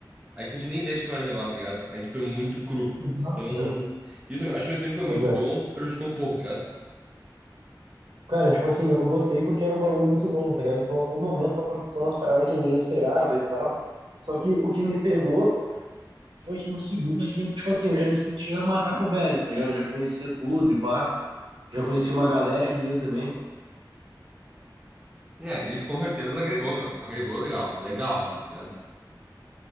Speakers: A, on the right; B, on the right.
A: A gente não tinha nem ideia de como era o negócio, tá ligado? A gente foi muito cru.
B: Exato,
A: Então,
B: meu.
A: isso, acho que mesmo tempo foi
B: Pois
A: muito
B: é.
A: bom, prejudicou um pouco, tá ligado?
B: Cara, tipo assim, eu gostei porque era um bagulho muito novo, tá ligado? Então, a todo momento acontecia umas paradas que ninguém esperava e tal. Só que o que me pegou foi que no segundo a gente, tipo assim, eu já me sentia macaco velho, tá ligado? Eu já conhecia tudo e pá. Já conhecia uma galera que ia também.
A: É, isso com certeza agregou, meu. Agregou legal. Legal, assim, tá ligado?